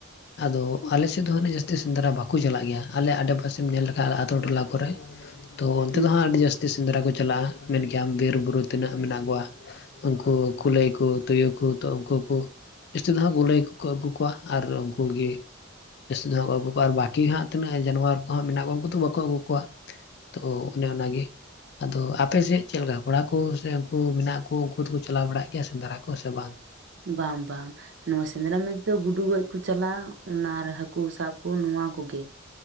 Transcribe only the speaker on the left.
ᱟᱫᱚ ᱟᱞᱮ ᱥᱮᱫ ᱫᱚ ᱦᱟᱱᱮ ᱡᱟᱹᱥᱛᱤᱼᱼ ᱛᱤ ᱥᱮᱸᱫᱽᱨᱟ ᱵᱟᱠᱚ ᱪᱟᱞᱟᱜ ᱜᱮᱭᱟ ᱟᱞᱮ ᱟᱰᱮ ᱯᱟᱥᱮᱢ ᱧᱮᱞ ᱞᱮᱠᱷᱟᱜ ᱟᱛᱳ ᱴᱚᱞᱟ ᱠᱚ ᱨᱮ ᱛᱚ ᱚᱱᱛᱮ
ᱫᱚ ᱦᱟᱸᱜ ᱟᱹᱰᱤ ᱡᱟᱹᱥᱛᱤᱼᱼ ᱡᱟᱹᱥᱛᱤ ᱥᱮᱸᱫᱽᱨᱟ ᱠᱚ ᱪᱟᱞᱟᱜᱼᱟ ᱢᱮᱱ ᱜᱮᱭᱟᱢ ᱵᱤᱨ ᱵᱩᱨᱩ ᱛᱤᱱᱟᱹᱜ ᱢᱮᱱᱟᱜ ᱠᱚᱣᱟ᱾ ᱩᱱᱠᱩ ᱠᱩᱞᱟᱹᱭ ᱠᱩ ᱛᱩᱭᱩ ᱠᱩ ᱛᱚ ᱩᱱᱠᱩ ᱠᱩ ᱡᱟᱹᱥᱛᱤ ᱫᱚ ᱦᱚᱸᱜ ᱜᱩᱞᱟᱹᱭ ᱟᱹᱜᱩ ᱠᱚᱣᱟ ᱟᱨ ᱩᱱᱠᱩ ᱜᱮᱼᱼ ᱡᱟᱹᱥᱛᱤ ᱫᱚ ᱦᱟᱸᱜ ᱠᱚ ᱟᱹᱜᱩ ᱠᱚᱣᱟ ᱟᱨ ᱵᱟᱹᱠᱤ ᱦᱟᱸᱜ ᱛᱤᱱᱟᱹᱜ ᱡᱟᱱᱣᱟᱨ ᱠᱚ ᱦᱟᱸᱜ ᱢᱮᱱᱟᱜ ᱠᱚᱣᱟ ᱩᱱᱠᱩ ᱫᱚ ᱵᱟᱠᱚ ᱟᱹᱜᱩ ᱠᱚᱣᱟ᱾ ᱛᱚ ᱚᱱᱮ ᱚᱱᱟ ᱜᱮᱼᱼ ᱟᱫᱚ ᱟᱯᱮ ᱥᱮᱫ ᱪᱮᱫ ᱞᱮᱠᱟ ᱠᱚᱲᱟ ᱠᱚ ᱥᱮ ᱩᱱᱠᱩ ᱢᱮᱱᱟᱜ ᱠᱩ ᱩᱱᱠᱩ ᱫᱚ ᱠᱚ ᱪᱟᱞᱟᱣ ᱵᱟᱲᱟᱜ ᱜᱮᱭᱟ ᱥᱮᱸᱫᱽᱨᱟ ᱠᱚ ᱥᱮ ᱵᱟᱝ?